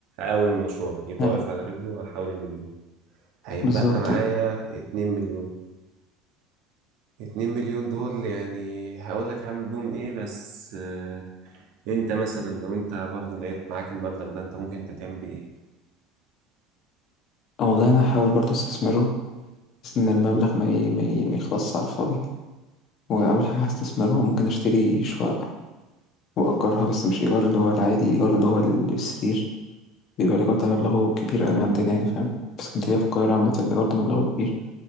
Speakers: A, on the right; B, on the left.
A: أقوم المشروع يبقى
B: حلو
A: واقف على رجله على حوالي مليون هيتبقى
B: بالظبط
A: معايا
B: أه
A: اتنين مليون اتنين مليون دول يعني هقول لك هعمل بيهم ايه بس آه، انت مثلا لو انت برضو لقيت معاك المبلغ ده انت ممكن انت تعمل بيه ايه
B: والله أنا هحاول برضه أستثمره بس إن المبلغ ما ي... ما, ي... ما يخلصش على الفاضي وأول حاجة هستثمره ممكن أشتري شقة وأجرها بس مش إيجار اللي هو العادي إيجار اللي هو السرير بيبقى الإيجار ده مبلغه كبير أوي عندنا يعني فاهم بس كنت في اسكندرية، في القاهرة عامة الإيجار ده مبلغه كبير